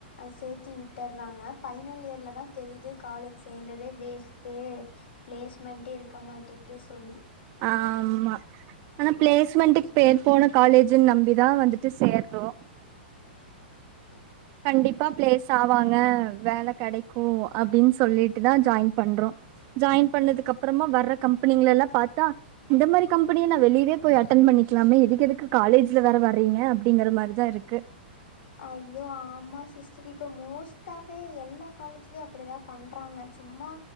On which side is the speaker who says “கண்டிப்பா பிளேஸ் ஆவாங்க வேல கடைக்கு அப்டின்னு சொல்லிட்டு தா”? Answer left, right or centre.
Right